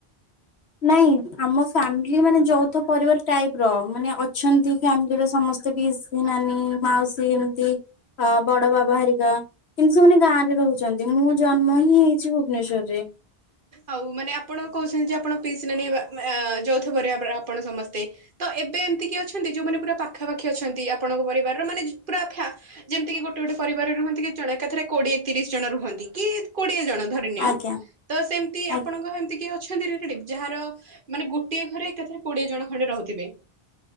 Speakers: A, on the left; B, on the right.
A: ନାଇଁ ଆମ ଫାମିଲି ମାନେ ଯୌଥ ପରିବାର ଟାଇପ ର ମାନେ ଅଛନ୍ତି ଫ୍ୟାମିଲିରେ ସମ ପିସି ନାନୀ, ମାଉସୀ ଏମିତି ଅ ବଡ ବାବା ହରିକା କିନ୍ତୁ ସେମାନେ ଗାଁ ରେ ରହୁଛନ୍ତି ମୁଁ ଜନ୍ମ ହିଁ ହେଇଛି ଭୁ ଭୁବନେଶ୍ୱର ରେ।
B: ଆଉ ମାନେ ଆପଣ କହୁଛନ୍ତି ଯେ ଆପଣ ପିସ ନାନୀ ଏମ-ଏ ଯୌଥପରିବାର ଆପଣ ସମସ୍ତେ। ତ ଏବେ ଏମିତି କିି ଅଛନ୍ତି ଯୋଉମାନେ ପୁରା ପାଖାପାଖି ଅଛନ୍ତି ଆପଣଙ୍କ ପରିବାରର ମାନେ ପୁରା ଫା ଯେମିତି କିି ଗୋଟେ ଗୋଟେ ପରିବାରରେ ରୁହନ୍ତି କି ଜଣେ ଏକାଥରେ କୋଡିଏ ତିରିଶ ଜଣ ରୁହନ୍ତି କି କୋଡିଏ ଜଣ ଧରିନିଅ।
A: ଆଜ୍ଞା
B: ତ ସେମିତି
A: ଆଜ୍ଞା
B: ଆପଣ ସାଙ୍ଗ ହେମିତି କିଏ ଅଛନ୍ତି ଇରିଟି ଯାହାର ମାନେ ଗୋଟିଏ ଘରେ ଏକାଥରେ କୋଡିଏ ଜଣ ଖଣ୍ଡେ ରହୁଥିବେ।